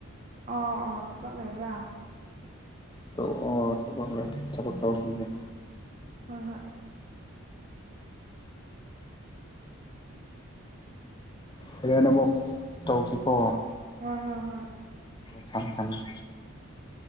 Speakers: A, on the right; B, on the left.
A: ꯑꯣ ꯑꯣ ꯊꯕꯛ ꯂꯩꯕ꯭ꯔꯥ
B: ꯊꯛ ꯊꯕꯛ ꯇꯧꯈꯤꯅꯦꯦ
A: ꯍꯍꯣꯏ
B: ꯍ‌ꯣꯔ‌ꯦꯅ ꯑꯃꯨꯛ ꯇꯧꯁꯤꯀꯣ
A: ꯍꯣꯏ ꯍꯣꯏ ꯍꯣꯏ
B: ꯊꯃ ꯊꯃ‌ꯦ
A: ꯎꯝ